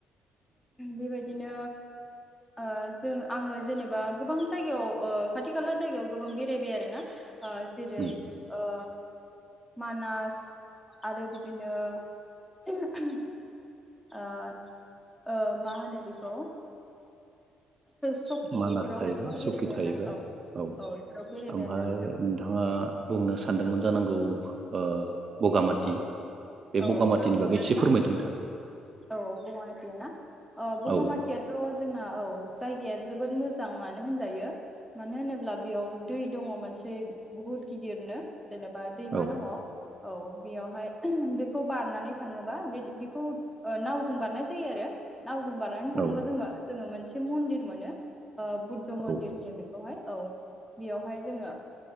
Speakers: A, in the centre; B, on the right.
A: बेबायदिनो आ जों आङो जेनेबा गोबां जायगायाव ओ खाथि खाला जायगायाव गोबां बेरायबाय आरोना आ जेरै
B: उम
A: ओ मानास आरो बिदिनो <inaudible> आं ओ मा होनो बेखौ? सकि
B: मानास
A: इफोरावहाय
B: थाहैबाय
A: गोबां
B: सखि
A: बेरायबाय
B: थाहैबाय
A: आरोना औ
B: औ
A: इफोराव बेरायबाय
B: ओमफ्राय
A: आरोना नोंथां
B: नोंथाङा बुंनो सानदोंमोन जानांगौ ओ बगामाथि बे
A: औ
B: बगामाथिनि
A: बेफोराव थांबाय
B: बागै
A: आरोना
B: एसे फोरमायदों दा
A: औ बगामाथिय ना बगामाथियाथ'
B: औ
A: जोंना औ जायगाया जोबोद मोजाङानो होनजायो मानो होनोब्ला बेयाव दै दङ मोनसे बहुद गिदिरनो जेनेबा दैमा
B: औ
A: दङ औ बेयावहाय उह बेखौ बारनानै थाङोबा बे बेखौ ओ नावजों बारनाय जायो आरो नावजों बारनानै थाङोबा
B: औ
A: <unintelligible> जोङो मोनसे मन्दिर मोनो बुद्ध मन्दिर
B: औ
A: होनो बेखौहाय औ बेयावहाय जोङो